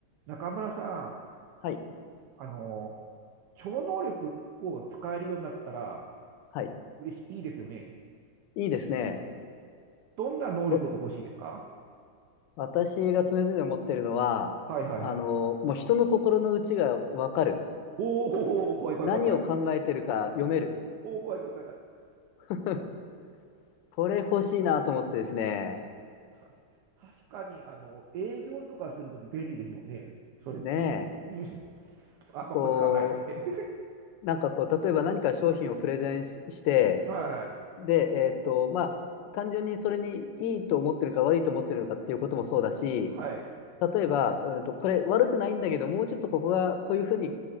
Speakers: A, on the right; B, on the left.
A: 中村さん、
B: はい。
A: あの、超能力を使えるようになったら
B: はい。
A: 嬉しい、いいですよね。
B: いいですね。
A: どんな能力が欲しいですか
B: わ私が常々思ってるのは、
A: はいはいはい。
B: あの、もう人の心の内がわかる。
A: おお、怖い怖い怖い怖い。
B: 何を考えてるか読める。
A: おお、怖い怖い怖い怖い。
B: <laughs> これ欲しいなと思ってですね。
A: た、確かに、あの、営業とかするとき便利ですよね。それって。
B: ね
A: <laughs> うんあ、
B: え。こ
A: まあ、これ使わないってね。
B: う、なんかこう、例えば何か商品をプレゼンし、して、
A: <laughs> はい
B: で、えーっと、まあ、単純にそれにいいと思ってるか悪いと思ってるのかっていうこともそうだし、
A: はい。はい。
B: 例えば、うんと、これ悪くないんだけど、もうちょっとここがこういうふうに